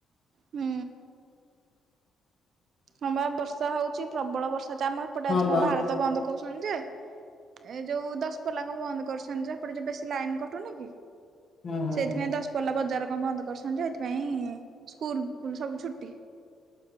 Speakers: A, on the right; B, on the left.
A: ହୁଁ। ହଁ ବା ବର୍ଷା ହଉଛି ପ୍ରବଳ ବର୍ଷା ହେଇଛି, ଆମେ ଏପଟେ
B: ହଁ
A: ଆଜି କଣ
B: ବା
A: ଭାରତ ବନ୍ଦ କହୁଛନ ଯେ ଏ ଯୋଉ ଦଶପଲା କୁ ବନ୍ଦ କରଛନ୍ତି ଯେ, ସେପଟେ ଯୋଉ ବେଶୀ ଲାଇନ୍ କଟୁନି କି
B: ହୁଁ
A: ସେଇଥିପାଇଁ ଦଶପଲ୍ଲା ବଜାର କଣ ବନ୍ଦ କରିଛନ୍ତି ଯେ ସେଇଥିପାଇଁ ସ୍କୁଲ୍ ଫୁଲ୍ ସବୁ ଛୁଟି।